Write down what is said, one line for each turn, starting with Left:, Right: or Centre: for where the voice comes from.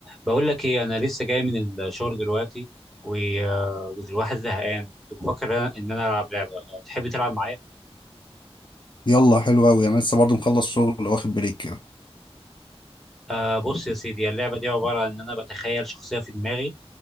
Centre: بقول لك ايه انا لسه جاي من الشغل دلوقتي و... آه، والواحد زهقان كنت بفكر ان انا إن انا العب لعبه آه، تحب تلعب معايا
Left: يلا حلو قوي انا لسه برضو مخلص شغل واخد بريك كده
Centre: آه بص يا سيدي اللعبه دي عباره عن ان انا بتخيل شخصيه في دماغي